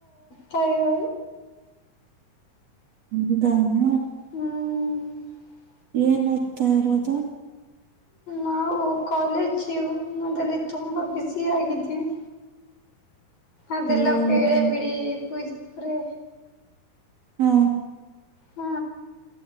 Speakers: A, on the left (about 40°); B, on the right (about 45°).
A: ತಾಯ
B: ಹೌದ ನ
A: ಹ್ಮ.
B: ಏನ ಓದ್ತಾ ಇರೋದು.
A: ನಾವು ಕಾಲೇಜ್ ಜೀವನದಲ್ಲಿ ತುಂಬ ಬ್ಯುಜಿ ಆಗಿದಿವಿ. ಅದೆಲ್ಲ
B: ಓ ಹೌದಾ
A: ಬೇಳೆ ಬಿಡಿ ಪೂಜಾ ಆವರೆ
B: ಹ್ಮ.
A: ಹ್ಮ.